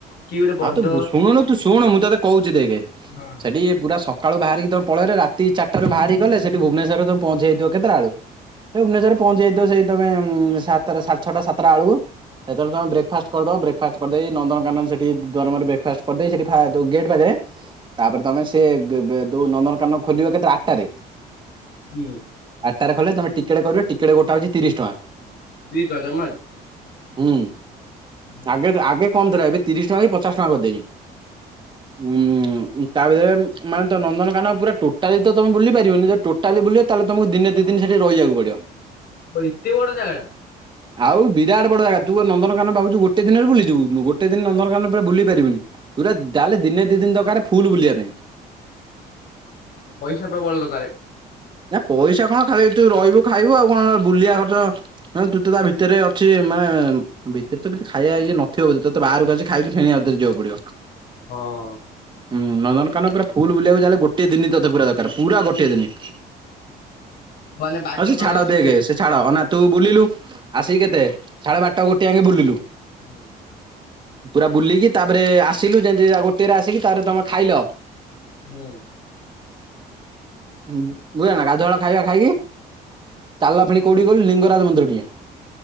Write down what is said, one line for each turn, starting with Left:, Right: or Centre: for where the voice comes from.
Left: କି ଗୋଟେ ବଡ
Right: ଆଉ ତୁ ବୁ ଶୁଣୁନୁ ତୁ ଶୁଣୁ ମୁଁ ତତେ କହୁଛିି ଦେଖେ
Left: ହୁଁ
Right: ସେଠି ପୁରା ସ କାଳୁ ବାହାରିକି ତମେ ପଳେଇଲେ ରାତି ଚାରିଟାରୁ ବାହାରିକି ଗଲେ ସେଠି ଭୁବନେଶ୍ୱରରେ ତମେ ପହଞ୍ଚିଯାଇଥିବ କେତେଟାବେଳକୁ ସେ ଭୁବନେଶ୍ୱରରେ ପହଞ୍ଚି ଯାଇଥିବ ସେଇ ତମେ ଉଁ ସାତଟା ଛଅଟା ସାତଟା ବେଳକୁ। ସେତେଳେ ତମେ ବ୍ରେକଫାଷ୍ଟ କରିଦବ ବ୍ରେକଫାଷ୍ଟ କରିଦେଇ ନନ୍ଦନକାନନ ସେ ଟିକେ ଦୁଆରମୁହଁରେ ବ୍ରେକଫାଷ୍ଟ କରିଦେଇ ସେଠି ଖାଇ ଦେବ ଗେଟ୍ ପାଖରେ ତାପରେ ତମେ ସିଏ <unintelligible> ଦୋଉ ନନ୍ଦନକାନନ ଖୋଲିବ କେତେ ଆଠଟାରେ?
Left: ହୁଁ।
Right: ଆଠଟାରେ ଖୋଲିଲେ ତମେ ଟିକେଟ କରିବ ଟିକେଟ ଗୋଟା ହଉଛି ତିରିଶ ଟଙ୍କା।
Left: ତିରିଶ ଟଙ୍କା ଜମାରୁ।
Right: ହୁଁ
Left: ହଁ
Right: ଆଗେ ଆଗେ କମ୍ ଥିଲା ଏବେ ତିରିଶ ଟଙ୍କା କି ପଚାଶ ଟଙ୍କା କରିଦେଇଛି। ହୁଁ। ତା ଭିତରେ ମାନେ ତ ନନ୍ଦନକାନନ ପୁରା ଟୋଟାଲି ତ ତମେ ବୁଲି ପାରିବନି ଯଦି ଟୋଟାଲି ବୁଲିବ ତାହେଲେ ତମକୁ ଦିନେ ଦି ଦିନି ସେଠି ରଇବାକୁ ପଡିବ।
Left: ଓ ଏତେ ବଡ ଜାଗାଟା!
Right: ଆଉ ବିରାଟ ବଡ ଜାଗା ତୁ କଣ ନନ୍ଦନକାନନ ଭାବୁଛୁ ଗୋଟେ ଦିନରେ ବୁଲିଯିବୁ? ଗୋଟେ ଦିନ ନନ୍ଦନକାନନ ପୁରା ବୁଲି ପାରିବୁନି ପୁରା ଯାହାହେଲେ ଦିନେ ଦି ଦିନ ଦରକାର ଫୁଲ ବୁଲିବା ପାଇଁ।
Left: ପଇସା ପ୍ରବଳ ଦରକାରେ।
Right: ନା ପଇସା କଣ ଖାଲି ତୁ ରଇବୁ ଖାଇବୁ ଆଉ କଣ ବୁଲିବା ଖର୍ଚ୍ଚ ତୁ ତ ତା ଭିତରେ ଅଛି ମାନେ ଭିତରେ ତ କିଛି ଖାଇବା ଇଏ ନଥିବ ବୋଧେ ତତେ ବାହାରକୁ ଆସିକି ଖାଇକି ଫେଣ ଆଉଥରେ ଯିବାକୁ ପଡିବ।
Left: ହଁ।
Right: ହୁଁ ନନ୍ଦନକାନନ ପୁରା ଫୁଲ ବୁଲିବାକୁ ଯାହାଲେ ଗୋଟେ ଦିନି ତତେ ପୁରା ଦରକାର ପୁରା ଗୋଟେ ଦିନି।
Left: ମାନେ ବାଘ
Right: ହଉ ସେ
Left: ଫାଘ
Right: ଛାଡ
Left: ଅଛନ୍ତି
Right: ଦେଖେ
Left: ସେଠି?
Right: ସେ ଛାଡ ଅନା। ତୁ ବୁଲିଲୁ ଆସିକି କେତେ ସାଢେ ବାରଟା ଗୋଟେ ଜାଙ୍କେ ବୁଲିଲୁ।
Left: ହୁଁ।
Right: ପୁରା ବୁଲିକି ତାପରେ ଆସିଲୁ ଯେମିତି ଗୋଟିଏରେ ଆସିକି ତାପରେ ତମେ ଖାଇଲ?
Left: ହୁଁ।
Right: ହୁଁ। ବୁଝିଲ ନା ଗାଧୁଆଳ ଖାଇବା ଖାଇକି ଚାଲିଲ ଫେଣି କୋଉଠି କହିଲୁ ଲିଙ୍ଗରାଜ ମନ୍ଦିର ଟିକେ।